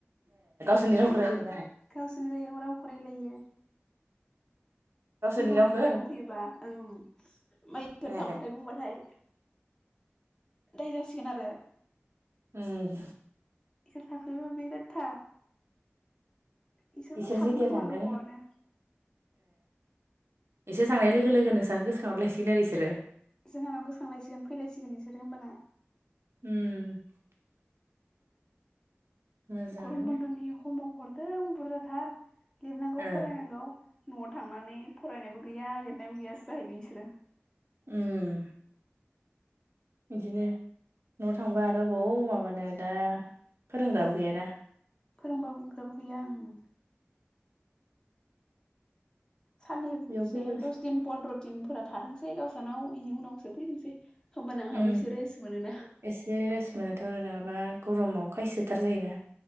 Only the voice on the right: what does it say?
जोंनि रावखो रायलाय
गावसोरनि
रावखौ
ए
उम
इसोर
जेथिया
थांगोन
एसे थांनाय लोगो नोंसाखौ गोसोखांहर लायसिगोन आरो इसोरो।
उम मोजाङानो।
ओ
उम बिदिनो न'आ थांबा आरो बौ माबानो दा फोरोंग्राबो गैयाना।
बेयाव फैबासो
उ
एसे रेस मोनोथ' आरो नङाबा गरमाव खायसोथार जायोना।